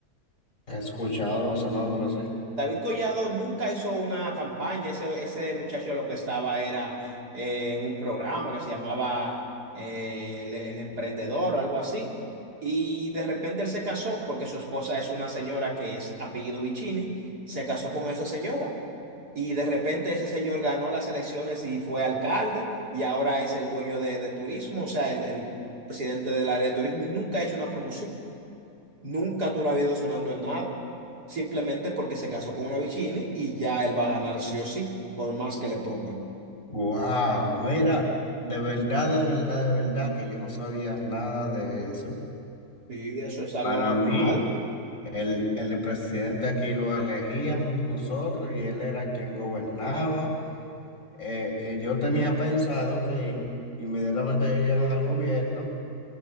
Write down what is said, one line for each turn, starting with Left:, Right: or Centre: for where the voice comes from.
Left: He escuchado ese nombre así.
Right: David Collado nunca hizo una campaña. Ese, ese muchacho lo que estaba era eh, en un programa que se llamaba eh, El, El Emprendedor o algo así. Y de repente él se casó porque su esposa es una señora que es apellido Vicini. Se casó con esa señora Y de repente ese señor ganó las elecciones y fue alcalde y ahora es el dueño de, de turismo, o sea, el, el presidente del área de turismo y nunca ha hecho una promoción. Nunca tú lo has ido sonando en nada. Simplemente porque se casó con una Vicini y ya él va a ganar sí o sí, por más que le pongan.
Left: Wow, mira, de verdad, de verdad, de verdad que yo no sabía nada de eso.
Right: Sí, eso es algo
Left: Para
Right: normal.
Left: mí, el, el presidente aquí lo elegíamos nosotros y él era quien gobernaba. eh, eh, yo tenía pensado que in- inmediatamente ellos llegan al gobierno,